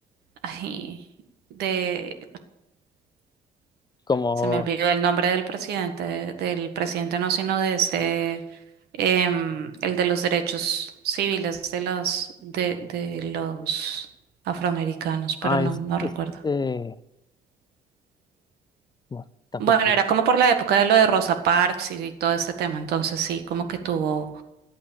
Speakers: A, on the right; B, on the left.
A: ay, de,
B: Como...
A: se me olvidó el nombre del presidente, del presidente no, sino de este, em, el de los derechos civiles de los, de, de los afroamericanos, pero
B: Ah,
A: no,
B: es-
A: no recuerdo.
B: es- eh, Bueno, tampoco
A: Bueno, era como por la época de lo de Rosa Parks y, y todo este tema, entonces sí, como que tuvo,